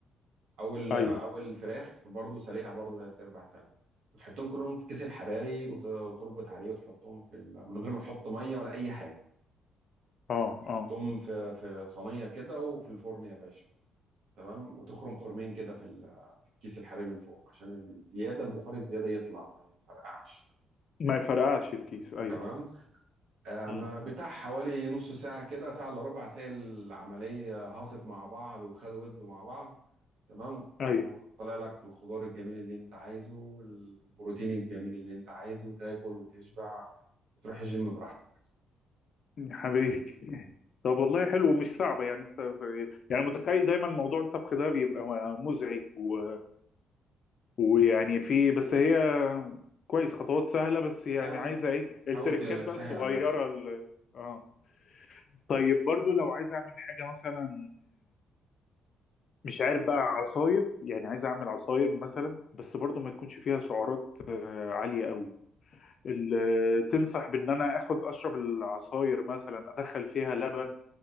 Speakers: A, on the right; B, on the left.
A: أو ال-
B: ايوه
A: أو الفراخ برضو سالقها برضو تلات أرباع سلقة وتحطهم كلهم في كيس الحراري وت- وتربط عليه وتحطهم في ال... من غير ما تحط مية ولا أي حاجة
B: اه اه
A: تحطهم في في صينية كده وفي الفرن يا باشا تمام وتخرم خرمين كده في ال- في الكيس الحراري من فوق عشان الزياده البخار الزياده يطلع ما يفرقعش
B: ما يفرقعش الكيس ايوه
A: تمام آه،
B: مم.
A: ما بتاع حوالي نص ساعه كده ساعه الا ربع هتلاقي العمليه هاصت مع بعض وخدوا ودوا مع بعض تمام وطلع
B: ايوه
A: لك الخضار الجميل اللي انت عايزه والبروتين الجميل اللي انت عايزه وتاكل وتشبع وتروح الجيم براحتك
B: يا حبيبي طب والله حلو ومش صعبه يعني انت يعني متخيل دايما موضوع الطبخ ده بيبقى مزعج و ويعني في بس هي كويس خطوات سهلة بس يعني
A: سهلا
B: عايزة ايه التركات
A: حاول تسهل
B: بقى الصغيرة
A: على نفسك
B: ال- اه طيب برضو لو عايز اعمل حاجة مثلا مش عارف بقى عصاير يعني عايز اعمل عصاير مثلا بس برضو ما تكونش فيها سعرات آه، عالية قوي ال- تنصح بان انا اخد اشرب العصاير مثلا ادخل فيها لبن